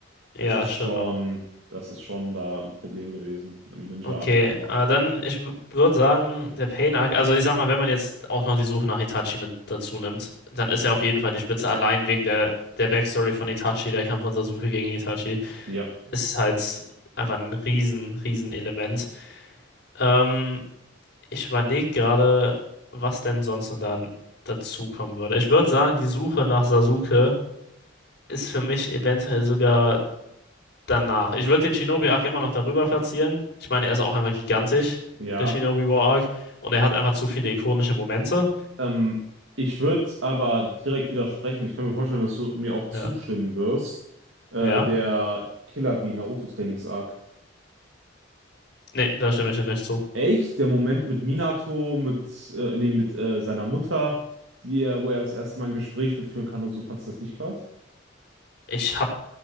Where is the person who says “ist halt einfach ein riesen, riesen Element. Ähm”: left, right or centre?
Left